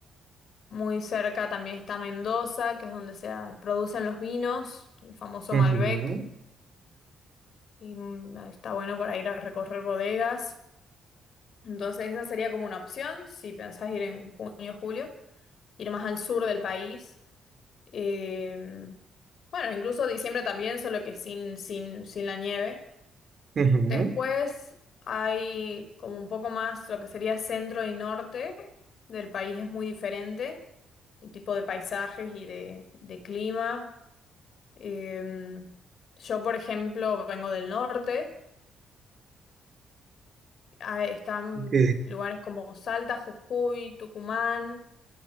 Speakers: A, on the left; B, on the right.
A: muy cerca también está Mendoza, que es donde se producen los vinos, el famoso
B: ujú,
A: Malbec. Y mm, está bueno para ir a recorrer bodegas. Entonces esa sería como una opción si pensás ir en junio o julio, ir más al sur del país. Eh, bueno, incluso diciembre también, solo que sin, sin, sin la nieve.
B: ujú,
A: Después hay como un poco más lo que sería centro y norte del país es muy diferente, el tipo de paisajes y de, de clima. Eh, yo, por ejemplo, vengo del norte, Ah, están
B: Ok.
A: lugares como Salta, Jujuy, Tucumán.